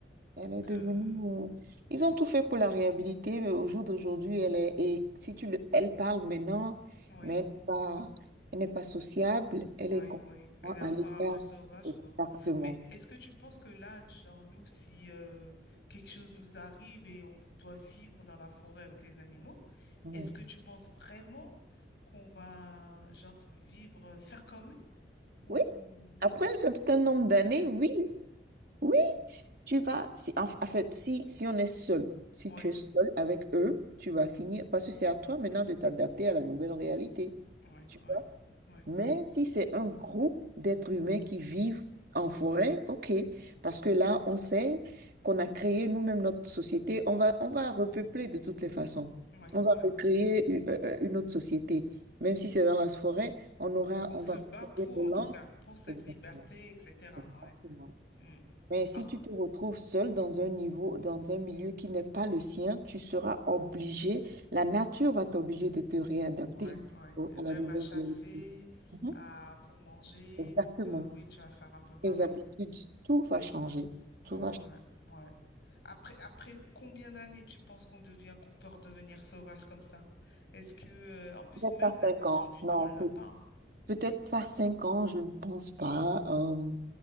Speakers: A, on the right; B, on the left.
A: Elle
B: Donc
A: est devenue.
B: euh,
A: euh, Ils ont tout fait pour la réhabiliter, mais au jour d'aujourd'hui, elle est. Et si tu le... Elle parle maintenant,
B: oui.
A: mais elle n'est pas... elle n'est pas sociable. Elle
B: Oui,
A: est complètement
B: oui, elle est
A: à
B: encore
A: l'écart.
B: un peu sauvage,
A: Exactement.
B: quoi. Mais est-ce que tu penses que là, genre nous, si euh, quelque chose nous arrive et on doit vivre dans la forêt avec les animaux,
A: Mhm.
B: est-ce que tu penses vraiment qu'on va, genre, vivre, faire comme eux? Ou...
A: Oui. Après un certain nombre d'années, oui. Oui. Tu vas, si, en, en fait, si, si on est seul, si
B: Oui,
A: tu es seul avec eux, tu vas finir, parce que c'est à toi maintenant de t'adapter à la nouvelle réalité.
B: oui,
A: Tu
B: oui,
A: vois?
B: oui,
A: Mais si c'est un groupe d'êtres humains qui vivent en forêt, OK, parce que là, on sait qu'on a créé nous-mêmes notre société, on va, on va repeupler de toutes les façons.
B: oui,
A: On va
B: oui.
A: recréer u- euh, euh, une autre société. Même si c'est dans la forêt, on aura,
B: On
A: on
B: se
A: va couper
B: bat pour,
A: nos
B: en
A: langues.
B: tout cas, pour cette
A: Exactement.
B: liberté, etc.
A: Exactement.
B: Ouais. Mm.
A: Mais si
B: Alors,
A: tu te retrouves seul dans un niveau, dans un milieu qui n'est pas le sien, tu seras obligé, la nature va t'obliger de te réadapter
B: Ouais, ouais.
A: au-
B: Et
A: à
B: même
A: la nouvelle
B: à chasser,
A: réalité. Mhm.
B: à, pour manger.
A: Exactement.
B: Donc, euh, oui, tu vas faire un peu pareil.
A: Tes habitudes, tout va changer.
B: Ouais,
A: Tout va changer.
B: ouais, ouais. Après, après combien d'années tu penses qu'on devient, qu'on peut redevenir sauvage comme ça? Est-ce que, euh, en plus,
A: Peut-être
B: même
A: pas
B: la
A: cinq
B: notion
A: ans.
B: du
A: Non,
B: temps, on
A: peut-
B: l'a pas, hein.
A: peut-être pas cinq ans, je ne pense pas. Euh,